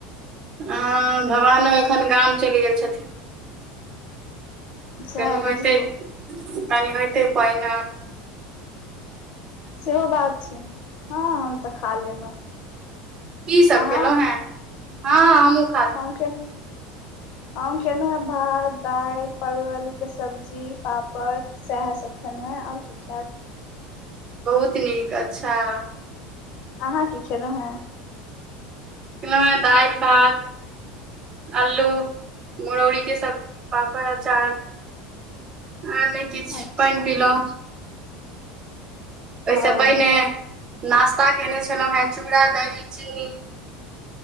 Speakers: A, on the right (about 30°); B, on the left (about 50°).
A: हँ भगवानो एखन गाम चलि गेल छथिन
B: सएह
A: कनि होइते
B: बुझियौ
A: तनि होइते पानि आ
B: सेहो बात छै हँ तऽ खा लेलहुँ
A: की सब
B: अहाँ
A: खेलहुँ हैं हँ हमूँ
B: हम खेलु हम केलहुँ हैं भात दाल परवल आलू के सब्जी पापड़ सएह सभ खेलो हँ आब की खायब
A: बहुत नीक अच्छा
B: अहाँ की खेलौ हे
A: <unintelligible> दाल भात अल्लू मुरौरी के सब्जी पापड़ अचार आ नहि किछ
B: अच्छा
A: पानि पिलो ओहिसँ
B: ओ
A: पहिने नाश्ता कयने छलहुँ है चूड़ा दही चीनी <inaudible>